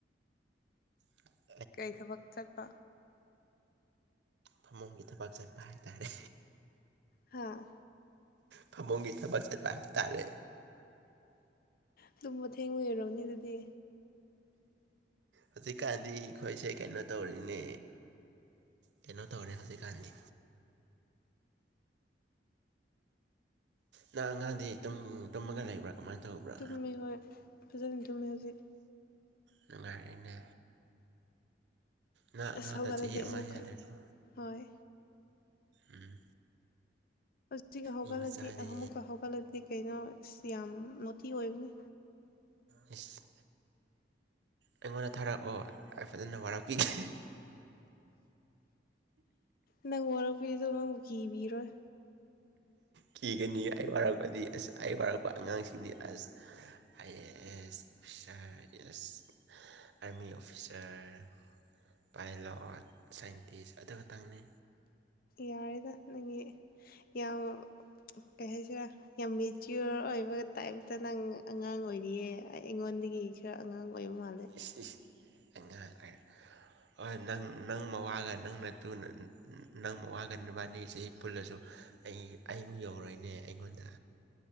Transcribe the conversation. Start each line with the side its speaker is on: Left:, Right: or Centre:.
Right: <inaudible>
Left: ꯀꯔꯤ ꯊꯕꯛ ꯆꯠꯄ
Right: ꯐꯃꯨꯡꯒꯤ ꯊꯕꯥꯛ ꯆꯠꯄ ꯍꯥꯏꯇꯥꯔꯦ
Left: ꯍꯥꯥ
Right: ꯐꯃꯨꯡꯒꯤ ꯊꯕ ꯆꯠꯄ ꯍꯥꯏ ꯇꯥꯔꯦ
Left: ꯑꯗꯨꯝ ꯃꯇꯊꯦꯡ ꯑꯣꯏꯔꯕꯅꯤ ꯑꯗꯨꯗꯤ
Right: ꯍꯧꯖꯤꯛꯀꯥꯟꯗꯤ ꯑꯩꯈꯣꯏꯁꯦ ꯀꯩꯅꯣ ꯇꯧꯔꯤꯅꯦ ꯀꯩꯅꯣ ꯇꯧꯔꯦ ꯍꯧꯖꯤꯛ ꯀꯥꯥꯟꯅꯤ ꯅꯪ ꯑꯉꯥꯡꯗꯤ ꯇꯨꯝ ꯇꯨꯝꯃꯒ ꯂꯩꯕ꯭ꯔꯥ ꯀꯃꯥꯏꯅ ꯇꯧꯕ꯭ꯔꯥ
Left: ꯇꯨꯝꯃꯦ ꯍꯣꯏ ꯐꯖꯅ ꯇꯨꯝꯃꯦ ꯍꯧꯖꯤꯛ
Right: ꯅꯨꯉꯥꯏꯔꯦꯅꯦ ꯅꯪ ꯑꯩꯉꯣꯟꯗ
Left: ꯑꯁ ꯍꯧꯒꯠꯂꯗꯤ
Right: ꯆꯍꯤ ꯑꯃ
Left: ꯑꯃꯨꯛꯀ
Right: ꯍꯦꯜꯂꯦꯀꯣ
Left: ꯍꯣꯏ
Right: ꯎꯝ
Left: ꯍꯧꯒ ꯍꯧꯒꯠꯂꯗꯤ
Right: ꯃꯤ ꯃꯆꯥꯗꯤ
Left: ꯑꯃꯨꯛꯀ ꯍꯧꯒꯠꯂꯗꯤ ꯀꯩꯅꯣꯁ ꯌꯥꯝ ꯣꯇꯤ ꯑꯣꯏꯕꯅꯤ
Right: ꯏꯁ ꯑꯩꯉꯣꯟꯗ ꯊꯥꯔꯛꯑꯣ ꯐꯖꯅ ꯋꯥꯔꯛꯄꯤꯒꯦ
Left: ꯅꯪ ꯋꯥꯔꯛꯄꯤꯔꯤꯗꯣ ꯅꯪꯕꯨ ꯀꯤꯕꯤꯔꯣꯏ
Right: ꯀꯤꯒꯅꯤ ꯑꯩ ꯋꯥꯔꯛꯄꯗꯤ ꯑꯁ ꯑꯩ ꯋꯥꯔꯛꯄ ꯑꯉꯥꯡꯁꯤꯡꯗꯤ ꯑꯁ ꯑꯥꯏ ꯑꯦ ꯑꯦꯁ ꯑꯣꯐꯤꯁꯥꯔ ꯑꯩꯗꯤ ꯑꯁ ꯑꯥꯔꯃꯤ ꯑꯣꯐꯤꯁꯔ ꯄꯥꯏꯂꯠ ꯁꯥꯏꯟꯇꯤꯁ ꯑꯗꯨ ꯈꯇꯪꯅꯤ
Left: ꯌꯥꯔꯦꯗ ꯅꯪꯒꯤ ꯌꯥꯝ ꯀꯩ ꯍꯥꯏꯁꯤꯔꯥ ꯌꯥꯝ ꯃꯦꯆꯤꯌꯣꯔ ꯑꯣꯏꯕ ꯇꯥꯏꯞꯇ ꯅꯪ ꯑꯉꯥꯡ ꯑꯣꯏꯔꯤꯌꯦ ꯑꯩ ꯑꯩꯉꯣꯟꯗꯒꯤ ꯈꯔ ꯑꯉꯥꯡ ꯑꯣꯏꯕ ꯃꯥꯜꯂꯦ
Right: ꯑꯦ ꯑꯩꯅꯥꯡꯦ ꯍꯣꯏ ꯅꯪ ꯅꯪ ꯃꯋꯥꯒꯥ ꯅꯪ ꯃꯇꯨꯅ ꯅꯪ ꯃꯋꯥꯒ ꯅꯕꯥꯅꯤ ꯆꯍꯤ ꯄꯨꯜꯂꯁꯨ ꯑꯩ ꯑꯩꯕꯨ ꯌꯧꯔꯣꯏꯅꯦ ꯑꯩꯉꯣꯟꯗ